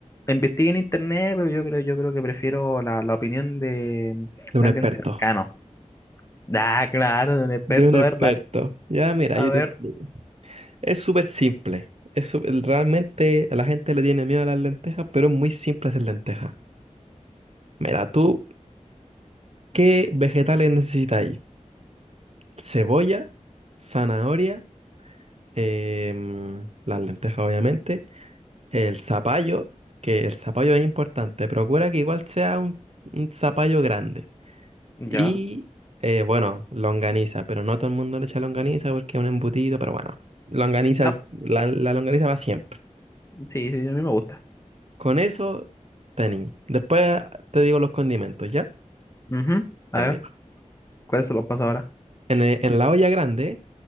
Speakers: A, on the left; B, on the right.
A: investigué en internet, pero yo creo, yo creo que prefiero la, la opinión de,
B: De un
A: de
B: experto.
A: alguien cercano. Ah, claro, de un experto,
B: De un experto.
A: a ver, dale.
B: Ya, mira,
A: A
B: yo
A: ver,
B: te explico. Es súper simple. Es sú- Realmente la gente le tiene miedo a las lentejas, pero es muy simple hacer lentejas. Mira, tú, ¿qué vegetales necesitas? cebolla, zanahoria, em, las lentejas obviamente, el zapallo, que el zapallo es importante, procura que igual sea un, un zapallo grande.
A: ya.
B: Y eh, bueno, longaniza, pero no todo el mundo le echa longaniza porque es un embutido, pero bueno, longaniza,
A: Ah,
B: es- la, la longaniza va siempre.
A: sí, sí, a mí me gusta.
B: Con eso, tení. Después te digo los condimentos, ¿ya?
A: Ujú. A
B: Ya,
A: ver,
B: mira.
A: ¿cuál se lo pasa ahora?
B: En, e- en la olla grande,